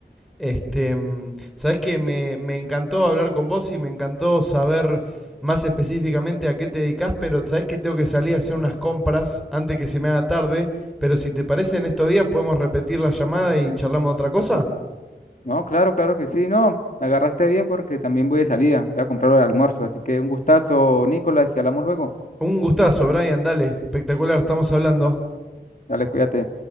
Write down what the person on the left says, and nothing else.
No, claro, claro que sí, no. La agarraste bien porque también voy de salida. Voy a comprar el almuerzo. Así que un gustazo, Nicolás, y hablamos luego.
Dale, cuídate.